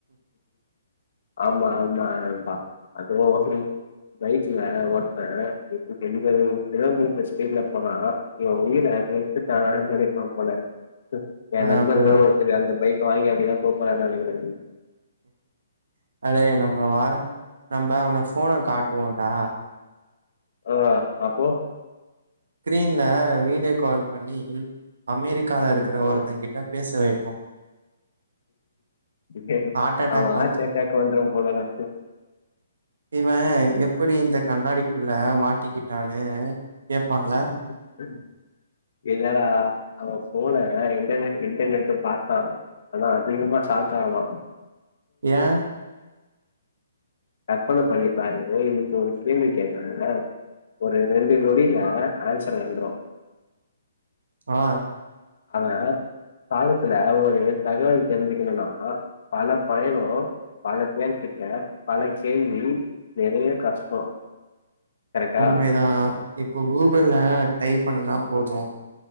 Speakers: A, on the left; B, on the right.
A: ஆமா ஆமா நண்பா அதுவு சரி பைக்ல ஒர்த <unintelligible> கிலோ மீட்டர் ஸ்பீட்ல போனா இவ உயிர எடுத்துட்டான நெனைப்பா போல எ நண்பர்
B: அப்டிதா
A: கூட ஒருதர் அந்த பைக் வாங்கி அப்படிதா போ போறான்னு நெனைக்குறேங்க
B: அடே நம்ம வாங்குன நம்ப அவன போன காட்டுவோண்டா
A: ஓ அப்போ
B: ஸ்கிரின்ல வீடியோ கால் பண்ணி அமெரிக்கால
A: ம்
B: இருக்கிற ஒருத்தன் கிட்ட பேச வை
A: கேட்டு
B: ஹார்ட் அட்டாக்
A: அவ
B: வந்துரு
A: ஹார்ட் அட்டாக்கு வந்துரு போலடா
B: இவ எப்படி இந்த கண்ணாடிக்குள்ள மாட்டிக்கிட்டானு பால்ல
A: <inaudible> இல்லடா அவ போன இடர்நெட் இன்டர்நெட்டு பாத்தா ஆனா அதிகமா சாக்காவ
B: ஏ
A: கற்பன பண்ணி பாரு இப்போ ஒரு கேள்வி கேக்குர ஒரு ரெண்டு நொடியில ஆன்சர் வந்துரு
B: ஆ
A: ஆனா காலத்துல ஒரு தகவல் தெரிஞ்சுக்கணுனா பல பயனோ பல பேர் கிட்ட பல கேள்வி நெறைய கஷ்டோ கரெக்டா
B: உண்மைதா இப்போ கூகுள்ள டைப் பண்ணுனா போது